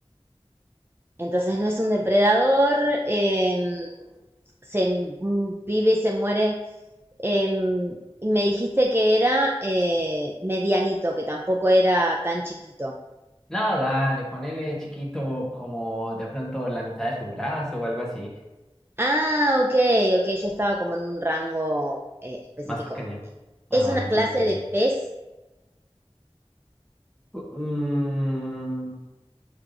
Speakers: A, on the right (about 20°); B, in the centre.
A: entonces no es un depredador, em, se m- vive y se muere. em, y me dijiste que era eh, medianito, que tampoco era tan chiquito.
B: No, dale, ponele chiquito como de pronto la mitad de tu brazo o algo así.
A: Ah, ok, ok, yo estaba como en un rango eh, específico.
B: Más pequeño. Ah,
A: Es
B: bueno,
A: una clase
B: sí, sí,
A: de pez
B: Mm,